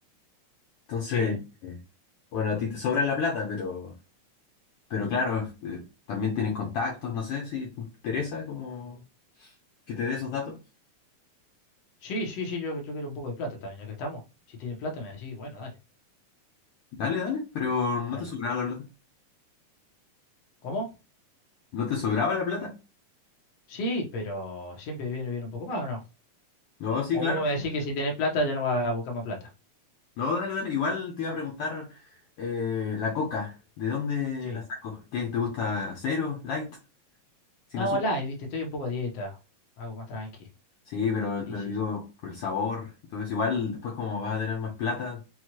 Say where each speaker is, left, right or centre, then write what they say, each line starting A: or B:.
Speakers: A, on the left; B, on the left.
A: Entonces,
B: Sí.
A: eh, bueno, a ti te sobra la plata, pero Pero claro, eh, también tienen contactos, no sé si te interesa como que te dé esos datos.
B: Sí, sí, sí, yo, yo quiero un poco de plata también, ya que estamos. Si tiene plata me decís, bueno, dale,
A: Dale, dale, pero no
B: dale.
A: te sobraba la plata.
B: ¿Cómo?
A: ¿No te sobraba la plata?
B: Sí, pero siempre viene bien un poco más, ¿o no?
A: No, sí,
B: O
A: claro,
B: vos me
A: sí.
B: decís que si tiene plata ya no va a buscar más plata.
A: No, dale, dale. Igual te iba a preguntar eh, la coca, ¿de dónde
B: Sí.
A: la saco? ¿Qué? ¿Te gusta cero, light, sin
B: No,
A: azúcar?
B: live, viste, estoy un poco a dieta. Algo más tranqui.
A: Sí, pero
B: Sí,
A: lo
B: sí,
A: digo
B: sí,
A: por el sabor y todo eso. Igual después como vas a tener más plata,